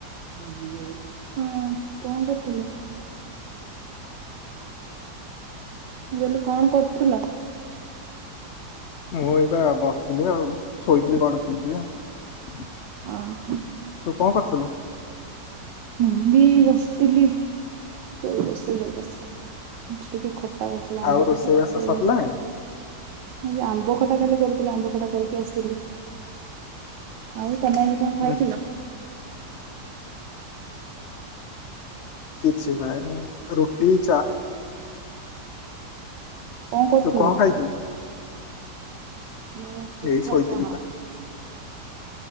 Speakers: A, on the right; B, on the left.
A: ହୁଁ କଣ କରୁଥୁଲୁ? ମୁଁ କହିଲି କଣ କରୁଥୁଲ?
B: ମୁଁ ଏଇବା ବସିଥିଲି ଆଉ ଶୋଇଥିଲି ଗଡୁଥିଲି ଟିକେ ଆଉ।
A: ଅ ହ।
B: ତୁ କଣ କରୁଥୁଲୁ?
A: ହୁଁ ବି ବସିଥିଲି ସବୁ ରୋଷେଇ କରିକି ଆସିଲ। ଆଜି ଟିକେ ଖଟା କରଥିଲା
B: ଆଉ
A: ଆମ୍ବ ଖଟା
B: ରୋଷେଇବାସ
A: କରିବ।
B: ସରିଲାଣି?
A: ମୁଁ ଆମ୍ବ ଖଟା ଖାଲି କରୁଥିଲି ଆମ୍ବ ଖଟା କରିକି ଆସିଥିଲି। ଆଉ ତମେ ଆଜି କଣ ଖାଇଥିଲ?
B: ହୁଁ, କିଛି ନାଇଁ ରୁଟି ଚା।
A: କଣ କରୁଥିଲ?
B: ତୁ ଖାଇଥିଲୁ?
A: ମୁଁ ପିଠା
B: ଏଇ ଶୋଇଥିଲି
A: ଚାହା।
B: ପା